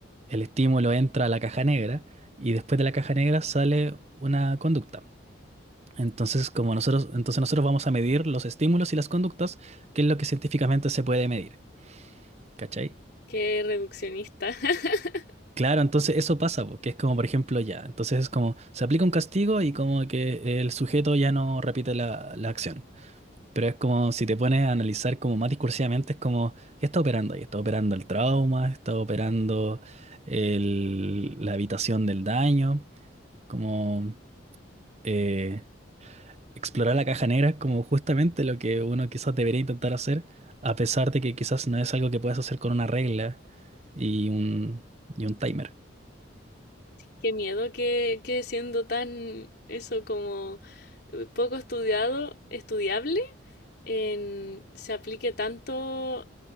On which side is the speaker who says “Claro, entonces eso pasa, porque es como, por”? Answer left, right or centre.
Right